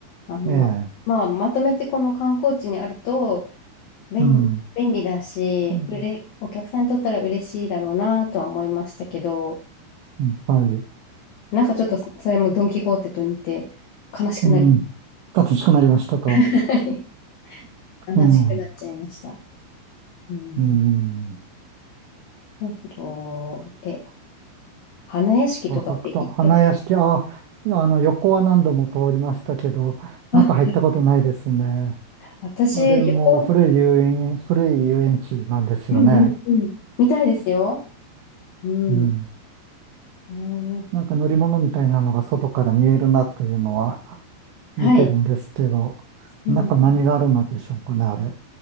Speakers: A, on the left; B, on the right.
A: あの、
B: ええ
A: まあ、まとめてこの観光地にあると、便、
B: うん。
A: 便利だし、
B: うん
A: うれ、お客さんにとったら嬉しいだろうなとは思いましたけど、
B: うんはい。
A: なんかちょっとそそれもドン・キホーテと似て悲しくなり、
B: うん。楽しくなりましたか。
A: <laughs> 悲しくなっちゃいました。
B: うん。
A: うん。
B: うん。
A: あと、え、花屋敷とかって行った、
B: 浅草、花屋敷、あ、あの、横は何度も通りましたけど、
A: あ、
B: 中入ったことないですね。
A: 私、
B: あれも古い遊園、
A: 横、
B: 古い遊園地なんですよね。
A: うんうんうん、みたいですよ。うん。
B: うん。
A: うん
B: なんか乗り物みたいなのが外から見えるなというのは
A: はい。
B: 見てるんですけど、
A: うん。
B: 中何があるのでしょうかね、あれ。